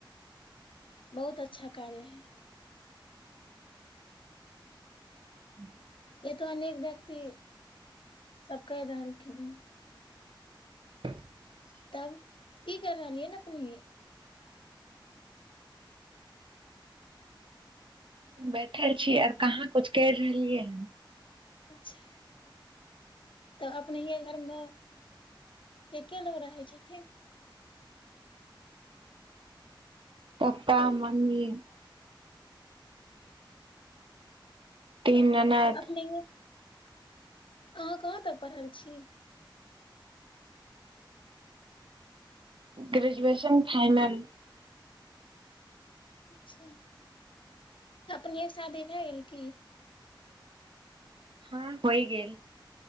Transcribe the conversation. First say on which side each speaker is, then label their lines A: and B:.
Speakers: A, on the left (about 80°); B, on the right (about 85°).
A: बहुत अच्छा कार्य है
B: ह
A: एतो अनेक व्यक्ति सब कहि रहलखिन हन
B: <unintelligible>
A: तब की कर रहलियै ने अपने
B: बैठल छी आर कहाँ कुछु करि रहलियै हन
A: चछा तऽ अपनेे घरमे एक्े लोग रहै छथिन
B: तपा म्मी तीन अनाथ
A: अपनेये अहाँ कहाँ तक पढ़ल छी
B: ग्रेजुएशन फाइनल
A: अच्छा अपने एक शादी भए गेल की
B: हँ होइ गेल